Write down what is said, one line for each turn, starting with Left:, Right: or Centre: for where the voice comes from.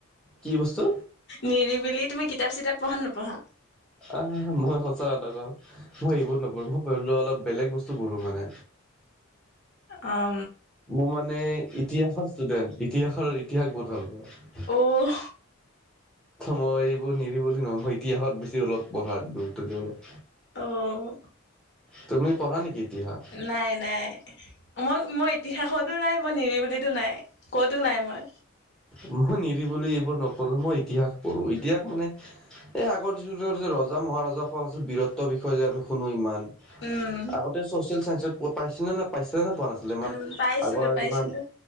Centre: কি বস্তু?
Left: নিৰিবি তুমি কিতাপ চিতাপ পঢ়া নে নপঢ়া?
Centre: আহ, মই সঁচা ক‌ও। মই এইবোৰ নপঢ়ো মই অলপ বেলেগ বস্তু পঢ়ো মানে।
Left: অ',
Centre: মোৰ মানে ইতিহাসৰ ষ্টুডেন্ট ইতিহাস-ইতিহাস বহুত ভাল পাও।
Left: অ',
Centre: মই এইবোৰ নিৰিবিলি বুলি, মই ইতিহাসত বেছি অলপ পঢ়াত গুৰুত্ব দিওঁ অলপ।
Left: অ',
Centre: তুমি পঢ়া নেকি এতিহাস?
Left: নাই-নাই, মই-মই ইতিহাসতো নাই, মই নিৰিবিলিতো নাই, কতো নাই মই।
Centre: মই নিৰিবিলি এইবোৰ নপঢ়োঁ মই ইতিহাস পঢ়োঁ, ইতিহাস মানে এই আগৰ যি ৰজা মহাৰজাৰ ফল আছে বিৰত বিষয় যে আমি শুনো ইমান
Left: উম
Centre: আগতে চছিয়েল চাইঞ্চেয়ত পাই পাইছিলানে নে পোৱা নাছিলে ইমান
Left: উম পাইছিলো
Centre: আগৰ
Left: পাইছিলো
Centre: ইমান